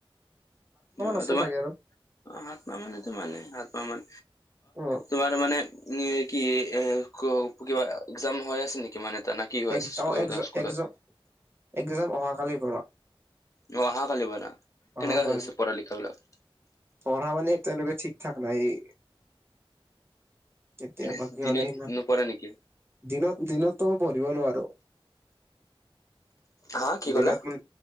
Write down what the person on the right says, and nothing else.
আছে
চাগে আৰু
অ
এক
অ এক
একজন এক্সজাম অহাকালিৰ পৰা।
অহাল
প
পঢ়া মানে টোৱেভ ঠিক ঠাক নাইয়েই। এতিয়া
বাকী
মানে সিমান
দিনত দিনতো পঢ়িব নোৱাৰো।
দিনত মান